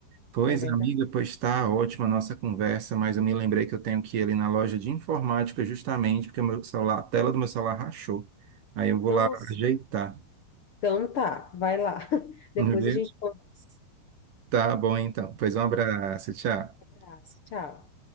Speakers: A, on the right; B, on the left.
A: Pois,
B: é verdade.
A: amiga, pois está ótima a nossa conversa, mas eu me lembrei que eu tenho que ir ali na loja de informática justamente porque o meu celular, a tela do meu celular rachou. Aí eu vou
B: Nossa.
A: lá ajeitar.
B: Então tá, vai lá. <laughs> Depois
A: Uhum.
B: a gente conversa.
A: Tá bom, então. Pois um abraço, tchau.
B: Abraço, tchau.